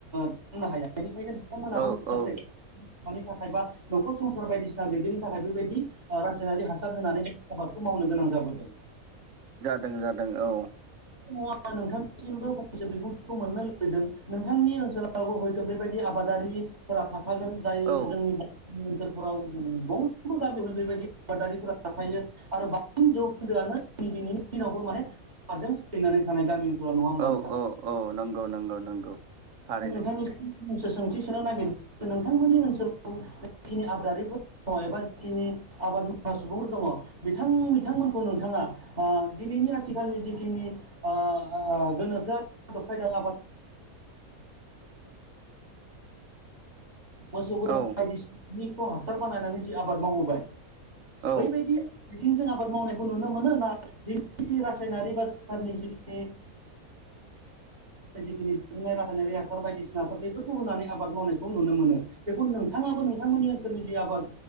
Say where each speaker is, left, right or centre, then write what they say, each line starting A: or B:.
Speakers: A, on the right; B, on the right.
A: बुंनो हाया बेनिखायनो बिथांमोनाबो
B: औ
A: <unintelligible>
B: औ
A: मानि थाखाय बा न'खर संसार बायदिसिना दैदेननो थाखाय बेबायदि रासायनारि हासार होनानै आबादखौ मावनो गोनां जाबोदों
B: जादों जादों औ
A: <unintelligible> नोंथां <unintelligible> बिबुंथिखौ मोननो लुबैदों नोंथांनि ओनसोलावबो हयथ बेबायदि आबादारि फोर थाखाफागोन जाय
B: औ
A: जोंनि ओनसोल फोराव गंफ्रोमबो गामियावनो बेबायदि आबादारिफ्रा थाखायो आरो बांसिन जौखोन्दोआनो जों दिनैनि दिनावबो माने आबादजों सोलिनानै थानाय गामि ओनसोल नङा होमबा
B: औ
A: नोंथां
B: औ औ नंगौ नंगौ नंगौ थारैनो
A: नोंथांनि सोंथि सोनो नागिरदों नोंथांमोननि ओनसोलाव जाखिनि आबादारिफोर दङ एबा जिखिनि आबाद मावग्रा सुबुंफोर दङ बिथां बिथांमोनखौ नोंथाङा बा दिनैनि आथिखालनि जिखिनि आ <unintelligible> मावबोबाय मोसौ बोरमा
B: औ
A: बायदिसिनानि खिखौ हासार बानायनानै जि आबाद मावबोबाय
B: औ
A: बैबायदि बिथिंजों आबाद मावनायखौ नुनो मोनो ना दिनैनि जि रासायनारि बा <unintelligible> <unintelligible> जिखिनि दिहुननाय रासायनारि हासार बायदिसिना हासार बेफोरखौ होनानै आबाद मावनायखौ नुनो मोनो बेखौ नोंथाङाबो नोंथांमोननि ओनसोलनि जि आबाद